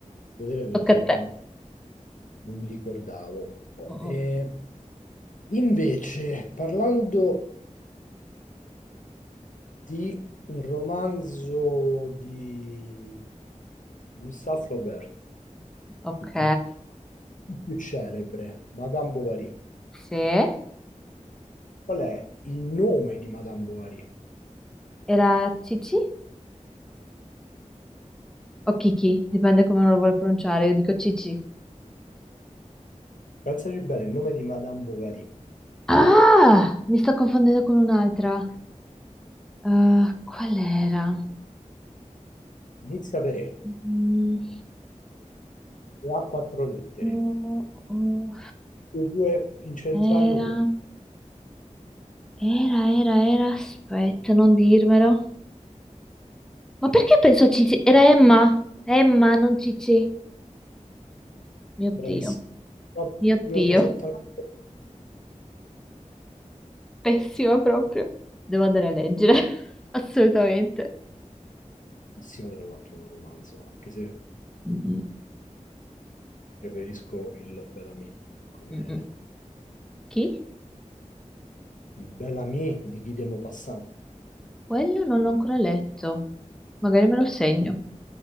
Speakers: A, on the left; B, in the centre.
A: Vedere perché
B: tocca a te.
A: non, non mi ricordavo.
B: Mm,
A: E invece, parlando di un romanzo di Gustave Flaubert,
B: Ok,
A: il più celebre, Madame Bovary.
B: se
A: Qual è il nome di Madame Bovary?
B: era Cici o Kiki, dipende come uno lo vuole pronunciare, io dico Cici.
A: Pensaci bene, il nome di Madame Bovary
B: Ah, mi sto confondendo con un'altra. Eh, qual era?
A: inizia per E
B: Mm,
A: e ha quattro lettere,
B: mm, mm.
A: le due incentrali
B: Era,
A: UE,
B: era, era, era, aspetta, non dirmelo. Ma perché penso a Cici? Era Emma. Emma, non Cici. Mio
A: bravissimo,
B: Dio,
A: proprio
B: mio Dio.
A: esattamente
B: Pessima proprio. Devo andare a leggere. <laughs> Assolutamente.
A: bravissimo tra l'altro come romanzo, anche se
B: Mm,
A: preferisco il Bellamy, come,
B: mm, mm.
A: come-
B: Chi?
A: il Bellamy di Guy de Maupassant.
B: Quello non l'ho ancora letto. Magari me lo segno.